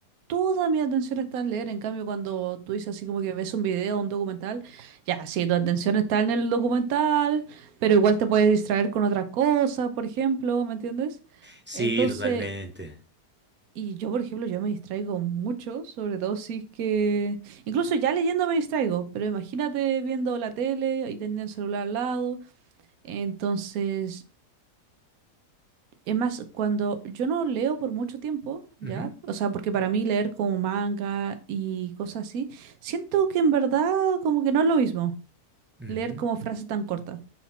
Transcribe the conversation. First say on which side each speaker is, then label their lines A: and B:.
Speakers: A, on the right (about 65°); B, on the right (about 15°).
A: toda mi atención está en leer. En cambio, cuando tú dices así como que ves un video, un documental, ya, sí, tu atención está en el documental, pero igual te puedes distraer con otras cosas, por ejemplo, ¿me entiendes?
B: Sí,
A: Entonces,
B: totalmente.
A: y yo, por ejemplo, yo me distraigo mucho, sobre todo si es que... Incluso ya leyendo me distraigo, pero imagínate viendo la tele y teniendo el celular al lado. Entonces... Es más, cuando yo no leo por mucho tiempo, ya,
B: Ujú,
A: o sea, porque para mí leer como manga y cosas así, siento que en verdad como que no es lo mismo
B: ujú.
A: leer como frases tan cortas.